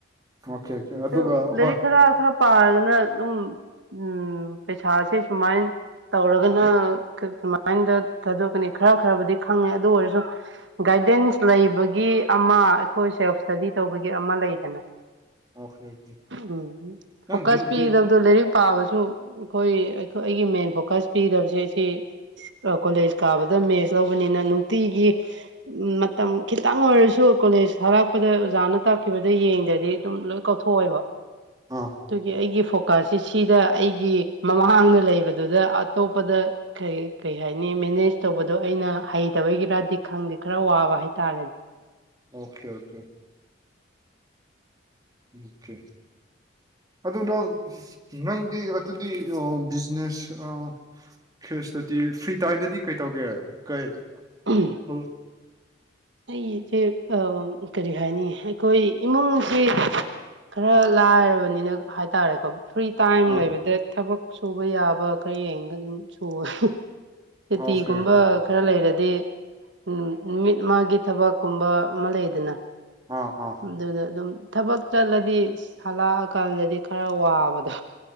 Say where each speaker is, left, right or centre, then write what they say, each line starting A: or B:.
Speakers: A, on the right; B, on the right.
A: ꯑꯣꯀꯦ ꯑꯣꯀꯦ
B: ꯑꯗꯨ
A: ꯑꯗꯨꯒ
B: ꯂꯥꯏꯔꯤꯛ
A: ꯍꯣꯏ
B: ꯈꯔ ꯈꯔ ꯄꯥꯔꯒꯅ ꯑꯗꯨꯝ ꯎꯝ ꯄꯩꯁꯥꯁꯦ ꯁꯨꯃꯥꯏꯟ ꯇꯧꯔꯒꯅ ꯀ ꯀꯃꯥꯏꯅꯗ ꯊꯥꯗꯣꯛꯀꯅꯤ ꯈꯔ ꯈꯔꯕꯨꯗꯤ ꯈꯪꯉꯦ ꯑꯗꯨ ꯑꯣꯏꯔꯁꯨ ꯒꯥꯏꯗꯦꯟꯁ ꯂꯩꯕꯒꯤ ꯑꯃ ꯑꯩꯈꯣꯏ ꯁꯦꯜꯐ ꯁ꯭ꯇꯗꯤ ꯇꯧꯕꯒꯤ ꯑꯃ ꯂꯩꯗꯅ
A: ꯑꯣꯀꯦ ꯑꯣꯀꯦ
B: ꯎꯝ ꯍꯨꯝ
A: ꯅꯪ
B: ꯐ‌ꯣꯀꯁ
A: ꯕꯤ ꯕꯤ
B: ꯄꯤꯒꯗꯕ ꯗꯣ ꯂꯥꯏꯔꯤꯛ ꯄꯥꯕꯁꯨ ꯑꯈ‌ꯣꯏ ꯑꯩꯈꯣꯏ ꯑꯩꯒꯤ ꯃꯦꯟ ꯐꯣꯀꯁ ꯄꯤꯗꯕꯁꯦ ꯁꯤ ꯑ ꯀꯣꯂꯦꯖ ꯀꯥꯕꯗ ꯃꯦꯠꯁ ꯂꯧꯕꯅꯤꯅ ꯅꯨꯡꯇꯤꯒꯤ ꯎꯝ ꯃꯇꯝ ꯈꯤꯇꯪ ꯑꯣꯏꯔꯁꯨ ꯀꯣꯂꯦꯖ ꯊꯥꯔꯛꯄꯗ ꯑꯣꯖꯥꯅ ꯇꯥꯛꯈꯤꯕꯗꯨ ꯌꯦꯡꯗ꯭ꯔꯗꯤ ꯑꯗꯨꯝ ꯂꯣꯏ ꯀꯥꯎꯊꯣꯛꯑꯦꯕ
A: ꯑꯥ
B: ꯑꯗꯨꯒꯤ ꯑꯩꯒꯤ ꯐꯣꯛ ꯑ ꯁꯤꯁꯤꯗ ꯑꯩꯒꯤ ꯃꯃꯥꯡꯅ ꯂꯩꯕꯗꯨꯗ ꯑꯇꯣꯞꯄꯗ ꯀꯩ ꯀ‌ꯩ ꯍꯥꯏꯅꯤ ꯃꯦꯅꯦꯖ ꯇꯧꯕꯗꯣ ꯑꯩꯅ ꯍꯩꯇꯕꯩꯒꯤꯔꯗꯤ ꯈꯪꯗꯦ ꯈꯔ ꯋꯥꯕ ꯍꯥꯏꯇꯥꯔꯦꯅꯦ
A: ꯑꯣꯀꯦ ꯑꯣꯀꯦ <unintelligible> ꯑꯗꯨ ꯅꯪ ꯅꯪꯗꯤ ꯑꯗꯨꯗꯤ ꯕꯤꯖꯤꯅꯦꯁ ꯑꯥ ꯁꯤꯁꯇꯗꯤ ꯐ꯭ꯔꯤ ꯇꯥꯏꯝꯗꯗꯤ ꯀꯩꯇꯧꯒꯦ ꯀꯩ
B: <inaudible>
A: <inaudible>
B: ꯑꯩꯁꯦ ꯑꯝ ꯀꯔꯤ ꯍꯥꯏꯅꯤ ꯑꯩꯈꯣꯏ ꯏꯃꯨꯡꯁꯤ ꯈꯔ ꯂꯥꯏꯔꯕꯅꯤꯅ ꯍꯥꯏꯇꯥꯔꯦꯀꯣ ꯐ꯭ꯔꯤ ꯇꯥꯏꯝ
A: ꯑꯥ
B: ꯂꯩꯕꯗ ꯊꯕꯛ ꯁꯨꯕ ꯌꯥꯕ ꯈꯔ ꯌꯦꯡꯒ ꯑꯗꯨꯝ ꯁꯨꯋꯦ ꯁꯨꯇꯤꯒꯨꯝꯕ
A: ꯑꯣꯀꯦ ꯑꯣꯀꯦ
B: ꯈꯔ ꯂꯩꯔꯗꯤ ꯎꯝ ꯅꯨꯃꯤꯠ ꯏꯃꯥꯒꯤ ꯊꯕꯛꯀꯨꯝꯕ ꯑꯃ ꯂꯩꯗꯅ
A: ꯑꯥ ꯑꯥ
B: ꯑꯗꯨꯗ ꯑꯗꯨꯝ ꯊꯕꯛ ꯆꯠꯂꯗꯤ ꯍꯜꯂꯛꯑꯀꯥꯟꯗꯗꯤ ꯈꯔ ꯋꯥꯕꯗꯣ